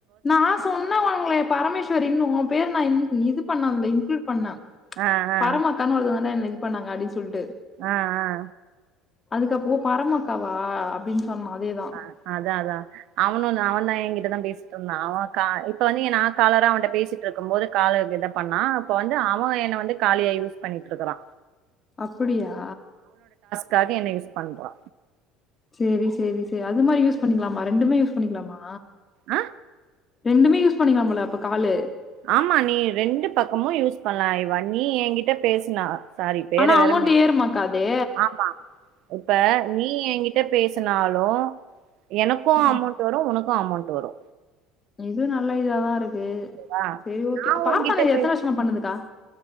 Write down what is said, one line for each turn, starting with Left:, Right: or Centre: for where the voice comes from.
Left: நா சொன்னவங்களே பரமேஸ்வரி இன்னும் பேர் நா இன் இது பண்ணாமலயே இன்குளூட் பண்ணம்
Right: ஆ ஆ
Left: பரமா அக்கான்னு ஒருத்தவங்க வந்து <unintelligible> இது பண்ணாங்க அப்டின் சொல்டு
Right: ஆ ஆ
Left: அதுக்கப்புறோ பரமாக்காவா அப்டின் சொன்னா அதேதான்
Right: ஆ அதா அதா அவனுந் அவந்தா என்கிட்டதா பேசிட்ருந்தா அவோ கா இப்ப வந்து எ நா காலரா அவன்ட்ட பேசிட்டு இருக்கும் போது கால இத பண்ணா இப்போ வந்து அவ என்ன வந்து காலியா யூஸ் பண்ணிட்ருக்குறா
Left: அப்புடியா
Right: காக என்ன யூஸ் பண்றா
Left: சேரி சேரி சேரி அது மாரி யூஸ் பண்ணிக்கலாமா ரெண்டுமே யூஸ் பண்ணிக்கலாமா
Right: ஆ
Left: ரெண்டுமே யூஸ் பண்ணிக்கலாம் போல அப்ப காலு
Right: ஆமா நீ ரெண்டு பக்கமு யூஸ் பண்ணலா இவா நீ ஏங்கிட்ட பேசுனா சாரி பேர
Left: ஆனா
Right: வேற
Left: அமௌண்ட்
Right: மென்
Left: ஏறுமா அக்கா அதே
Right: ஆமா இப்ப நீ எங்கிட்ட பேஸ் சுனாலு எனக்கு
Left: ஆ
Right: அமோண்ட் வரு உனக்கு அமோண்ட் டு வரு
Left: இது நல்ல இதுதாவா இரு க்கு
Right: நா
Left: சேரி ஓகே பார்த்தானா
Right: உன்கிட்ட பே
Left: எத்தன விருஷமா பண்ணுதுக்கா